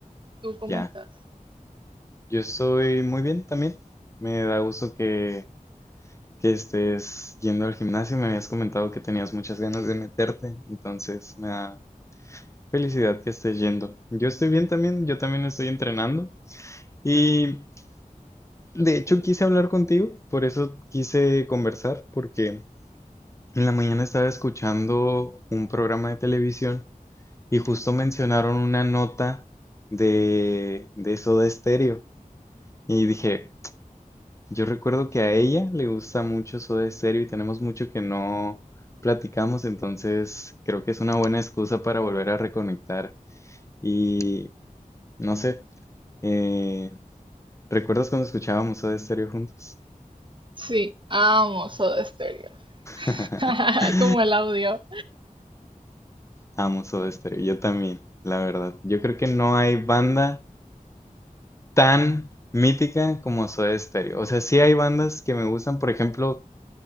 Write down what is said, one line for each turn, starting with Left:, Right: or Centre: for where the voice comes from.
Right: ¿Tú cómo
Left: ya.
Right: estás?
Left: Yo estoy muy bien también. Me da gusto que, que estés yendo al gimnasio. Me habías comentado que tenías muchas ganas de meterte, entonces me da felicidad que estés yendo. Yo estoy bien también, yo también estoy entrenando. Y de hecho quise hablar contigo, por eso quise conversar, porque... En la mañana estaba escuchando un programa de televisión y justo mencionaron una nota de, de Soda Stereo. Y dije, yo recuerdo que a ella le gusta mucho Soda Stereo y tenemos mucho que no platicamos, entonces creo que es una buena excusa para volver a reconectar. Y no sé, eh, ¿recuerdas cuando escuchábamos Soda Stereo juntos?
Right: Sí, amo Soda Stereo,
Left: <laughs>
Right: <laughs> como el audio.
Left: Amo Soda Stereo, yo también, la verdad. Yo creo que no hay banda tan mítica como Soda Stereo. O sea, sí hay bandas que me gustan, por ejemplo,